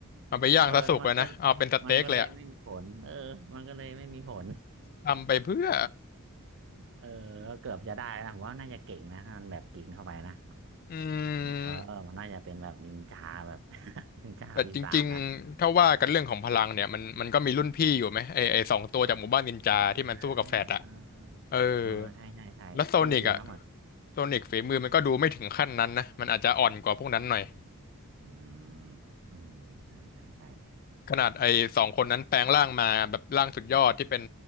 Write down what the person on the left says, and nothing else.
เอาไปย่างซะสุกเลยนะเอาเป็นสเต็กเลยอะ
ทำไปเพื่อ
อื
ม
แต่จริงๆถ้าว่ากันเรื่องของพลังเนี่ยมันมันก็มีรุ่นพี่อยู่ไหมไอไอสองตัวจากหมู่บ้านนินจาที่มันสู้กับแฟดอะ
เออ
แล้วโซนิกอะโซนิกฝีมือมันก็ดูไม่ถึงขั้นนั้นนะ มันอาจจะอ่อนกว่าพวกนั้นหน่อย
ขนาดไอ้สองคนนั้นแปลงร่างมาแบบร่างสุดยอดที่เป็น